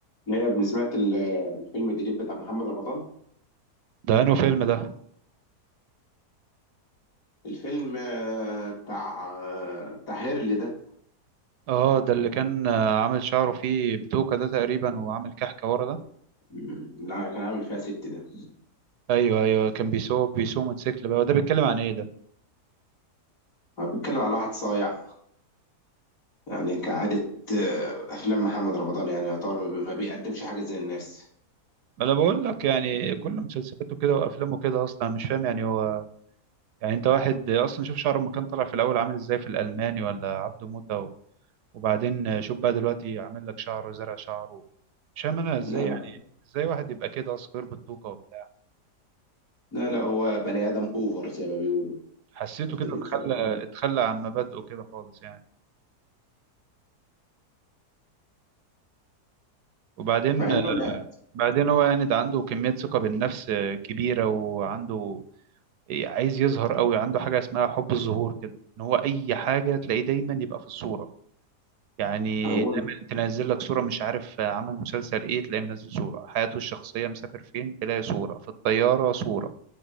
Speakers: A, on the left; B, on the right.
A: نيا سمعت ال- الفيلم الجديد بتاع محمد رمضان
B: ده انه فيلم ده
A: الفيلم آه، بتاع آه، بتاع هيرلي ده
B: اه ده اللي كان آه، عامل شعره فيه بتوكة ده تقريبا وعامل كحكة ورا ده
A: مم، لا كان عامل فيها ست ده
B: ايوه ايوه كان بيسوق بيسوق موتوسيكل بقى وده بيتكلم عن ايه ده
A: هو بيتكلم على واحد صايع يعني كعادة آه، أفلام محمد رمضان يعني يعتبر ما بي- ما بيقدمش حاجة زي الناس
B: ما انا بقول لك يعني كل مسلسلاته كده وافلامه كده اصلا مش فاهم يعني هو يعني انت واحد اصلا شوف شعره لما كان طالع في الاول عامل ازاي في الالماني ولا عبده موتة و- وبعدين شوف بقى دلوقتي عامل لك شعره زرع شعره مش فاهم انا ازاي
A: لا لا
B: يعني ازاي واحد يبقى كده اصلا غير بالتوكة وبتاع
A: لا لا هو بني آدم أوفر زي ما بيقولوا
B: حسيته
A: شفت
B: كده
A: الإنسان
B: اتخلى
A: الأوفر
B: اتخلى عن مبادئه كده خالص يعني وبعدين
A: مع إنه لا
B: بعدين هو يعني ده عنده كمية ثقة بالنفس آه، كبيرة وعنده إيه، عايز يظهر قوي عنده حاجة اسمها حب الظهور كده ان هو اي حاجة تلاقيه دايما يبقى في الصورة يعني
A: هو
B: دايما تنزل لك صورة مش عارف آه، عمل مسلسل ايه تلاقيه منزل صورة حياته الشخصية مسافر فين تلاقي صورة في الطيارة صورة